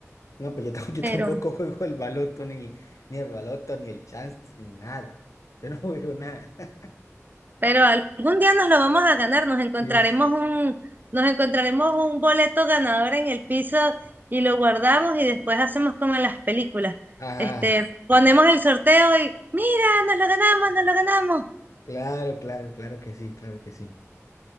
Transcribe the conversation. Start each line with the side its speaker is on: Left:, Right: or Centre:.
Left: No, pues yo, tam- <laughs> yo
Right: <laughs> pero,
Left: tampoco juego el baloto, ni, ni el baloto, ni el chance, ni nada. Yo no juego nada. <laughs>
Right: pero algún día nos lo vamos a ganar, nos encontraremos
Left: Sí.
Right: un, nos encontraremos un boleto ganador en el piso y lo guardamos y después hacemos como en las películas.
Left: Ajá.
Right: Este, ponemos el sorteo y mira, nos lo ganamos, nos lo ganamos.
Left: Claro, claro, claro que sí, claro que sí.